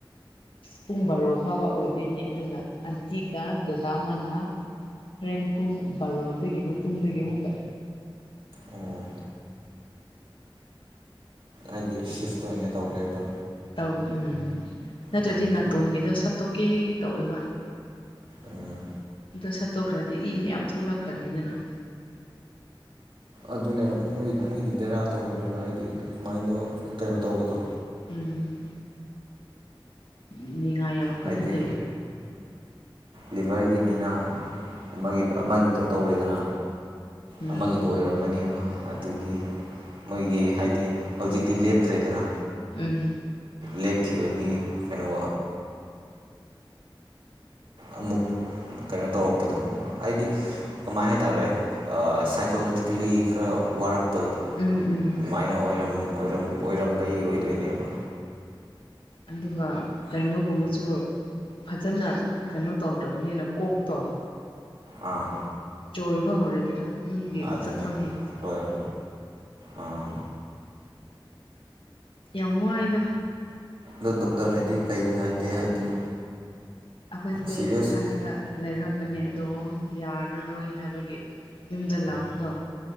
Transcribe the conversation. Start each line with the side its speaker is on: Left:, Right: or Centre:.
Left: ꯄꯨꯡ ꯕꯔꯣ ꯐꯕ ꯑꯣꯏꯗꯣꯏꯅꯦ ꯑꯗꯨꯒ ꯑꯟꯇꯤꯒ ꯗꯗꯥ ꯑꯃꯅ ꯍꯣꯔꯦꯟ ꯄꯨꯡ ꯕꯥꯔꯣꯗꯒꯤ ꯃꯇꯨꯡꯗꯒꯤ ꯑꯃꯨꯛꯀ
Right: ꯑꯣ ꯍꯥꯏꯗꯤ ꯁꯤꯐ ꯑꯣꯏꯅ ꯇꯧꯔꯦꯕ
Left: ꯇꯧ ꯎꯝ ꯅꯠꯇ꯭ꯔꯗꯤ
Right: ꯎꯝ
Left: ꯅꯥꯇꯣꯟꯒꯤꯗ ꯁꯠꯇꯣꯛꯀꯦ ꯇꯧꯋꯦꯕ
Right: ꯎꯝ
Left: ꯑꯗ ꯁꯠꯇꯣꯛꯈ꯭ꯔꯗꯤ ꯏ ꯃꯌꯥꯝ ꯊꯣꯛꯂꯛꯈ꯭ꯔꯅꯤꯗꯅ
Right: ꯑꯗꯨꯅꯦ ꯃꯣꯏ ꯃꯣꯏꯗꯤ ꯕꯦꯔꯥ ꯇꯧꯕꯅꯦꯕ ꯍꯥꯏꯗꯤ ꯁꯨꯃꯥꯏꯅ ꯇ ꯀꯩꯅꯣ ꯇꯧꯕꯗꯣ
Left: ꯎꯝ ꯅꯤꯡꯅꯤꯉꯥꯏ ꯌꯥꯝ
Right: ꯍꯥꯏꯗꯤ
Left: ꯀꯜꯂꯦ
Right: ꯂꯤꯚꯔꯒꯤꯅꯤꯅ ꯑꯃꯒꯤ ꯑꯃꯒꯤꯗꯣ ꯇꯧꯔꯦꯗꯅ
Left: ꯎꯝ
Right: ꯑꯃꯒꯤꯗꯨꯣ ꯑꯣꯏꯔꯝꯃꯅꯦꯕ ꯑꯗꯨꯒꯤ ꯃꯣꯏꯒꯤ ꯍꯥꯏꯗꯤ ꯍꯧꯖꯤꯛꯇꯤ ꯂꯦꯞꯈ꯭ꯔꯦꯗꯅ
Left: ꯎꯝ
Right: ꯂꯦꯞꯈꯤꯕꯒꯤ ꯀꯩꯅꯣ ꯑꯃꯨꯛ ꯀꯩꯅꯣ ꯇꯧꯔꯛꯄꯗꯣ ꯍꯥꯏꯗꯤ ꯀꯃꯥꯏ ꯍꯥꯏꯇꯥꯔꯦ ꯁꯥꯏꯀꯣꯂꯣꯖꯤꯀꯦꯜꯂꯤ ꯈꯔ ꯋꯥꯔꯛꯄꯗꯣ
Left: ꯎꯝ ꯎꯝ
Right: ꯑꯗꯨꯃꯥꯏꯅ ꯑꯣꯏꯔꯝ ꯑꯣꯏꯔꯝꯕꯩ ꯑꯣꯏꯗꯣꯏꯅꯦꯕ
Left: ꯑꯗꯨꯒ ꯀꯩꯅꯣꯒꯨꯝꯕꯁꯨ ꯐꯖꯅ ꯀꯩꯅꯣ ꯇꯧꯗꯕꯅꯤꯅ ꯀꯣꯛꯇꯣ
Right: ꯑꯥ
Left: ꯆꯣꯏꯕ ꯍꯧꯔꯦꯗꯅ ꯃꯤꯒꯤ ꯃꯁꯛ
Right: ꯑꯗꯨꯅꯦ
Left: ꯈꯪꯗꯕ
Right: ꯍꯣꯏ ꯍꯣꯏ ꯑꯥ
Left: ꯌꯥꯝ ꯋꯥꯏꯗ
Right: ꯑꯣ ꯗꯣꯛꯇꯔꯅꯗꯤ ꯀꯩ ꯍꯥꯏꯒꯦ ꯍꯥꯏꯗꯤ
Left: ꯑꯩꯈꯣꯏꯁꯦ
Right: ꯁꯤꯔꯤꯌꯁ
Left: ꯏꯝꯐꯥꯜꯗ ꯂꯩꯔꯝ ꯕꯅꯦ ꯑꯗꯣ ꯌꯥꯔꯔꯣꯏ ꯍꯥꯏꯕꯒꯤ ꯌꯨꯝꯗ ꯂꯥꯛꯄꯗꯣ